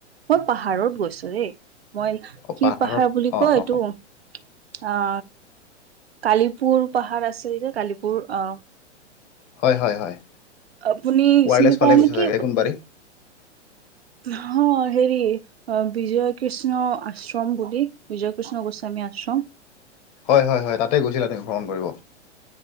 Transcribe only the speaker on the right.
মই পাহাৰত গৈছোঁ দেই। মই
কি
পাহাৰ বুলি
কয়
এইটো আ কালিপুৰ পাহাৰ আছে এইটো কালিপুৰ অহ।
আপুনি
চিনি পায়
নেকি
হ হেৰি অহ বিজয় কৃষ্ণ আশ্ৰম বুলি, বিজয় কৃষ্ণ গোস্বামী আশ্ৰম।